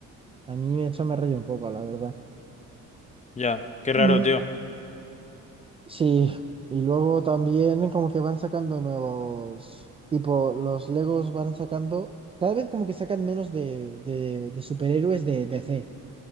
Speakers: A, on the right; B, on the left.
A: A mí eso me raya un poco, la verdad.
B: ya. Qué raro,
A: Mm,
B: tío.
A: Sí, y luego también como que van sacando nuevos, tipo, los Legos van sacando, cada vez como que sacan menos de, de, de superhéroes de DC.